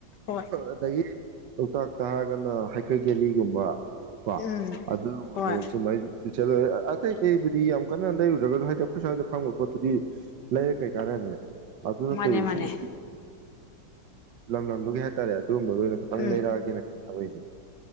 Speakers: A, on the left; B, on the right.
A: ꯍꯣꯏ
B: ꯑꯗꯒꯤ ꯂꯣꯛꯇꯥꯛꯇ ꯍꯥꯏꯔꯒꯅ ꯍ‌‌ꯩꯗꯔꯛ ꯌ‌ꯦꯂꯤꯒꯨꯝꯕ ꯋꯥ
A: ꯎꯝ
B: ꯑꯗꯨꯗ
A: ꯍꯣꯏ
B: ꯑ ꯁꯨꯃꯥꯏ ꯆꯂꯣꯍ‌ꯦ ꯑꯥꯁ ꯑꯇꯩ ꯑꯇꯩꯕꯨꯗꯤ ꯌꯥꯝ ꯀꯟꯅ ꯂꯩꯔꯨꯗꯔꯒꯁꯨ ꯍꯥꯏꯗꯤ ꯑꯩꯈꯣꯏ ꯁ꯭ꯋꯥꯏꯗ ꯐꯪꯕ ꯄꯣꯠꯇꯨꯗꯤ ꯂꯩꯔꯦ ꯀꯩꯀꯥꯟꯅꯅꯦ ꯑꯗꯨ ꯅꯠꯇꯕꯤꯗ
A: ꯃꯥꯅꯦ ꯃꯥꯅꯦ
B: ꯁꯨꯝꯕꯁꯤ ꯂꯝꯂꯝꯗꯨꯒꯤ ꯍꯥꯏꯇꯥꯔꯦ ꯑꯗꯨꯒꯨꯝꯝꯕꯗꯨ ꯑꯣꯏꯅ ꯈꯤꯛꯇꯪ
A: ꯎꯝ
B: ꯂꯩꯔꯛꯑꯒꯦꯅꯥ <unintelligible>